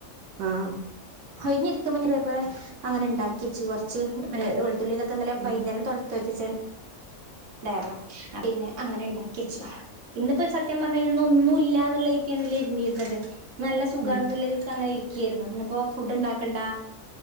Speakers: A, on the right; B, on the right.
A: ആഹ്
B: ഒഴിഞ്ഞിരിക്കുമ്പോ ഇതേപോലെ അങ്ങനെ ഉണ്ടാക്കി വെച്ച് കൊറച്ച് പെ വെ ളുത്തുളളീ ഇതൊക്കെ ഇന്നലെ വൈകുന്നേരം
A: ആഹ്
B: തൊലിച്ച് വെച്ചേച്ച് ണ്ടായിരുന്നു അപ്പൊ പിന്നെ അങ്ങനെ ഉണ്ടാക്കി വച്ച് ഇന്നിപ്പോ സത്യം പറഞ്ഞാ കഴിഞ്ഞാ ഒന്നും ഇല്ലാന്നുള്ള രീതിക്കാണല്ലോ ഇരുന്നിരുന്നത് നല്ല സുഖാണെന്നുളള
A: ഉം
B: ഒരു ഇതിക്കങ്ങനെ ഇരിക്കയായിരുന്നു ഇന്നിപ്പോഫുഡ് ഉണ്ടാക്കണ്ട